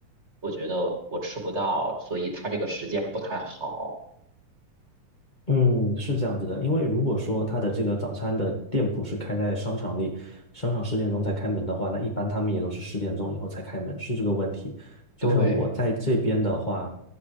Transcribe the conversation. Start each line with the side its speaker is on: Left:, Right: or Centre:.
Right: 我觉得我吃不到，所以它这个时间不太好。
Left: 嗯，是这样子的，因为如果说他的这个早餐的店铺是开在商场里，商场十点钟才开门的话，那一般他们也都是十点钟以后才开门，是这个问题。就像我在这边的话，
Right: 对，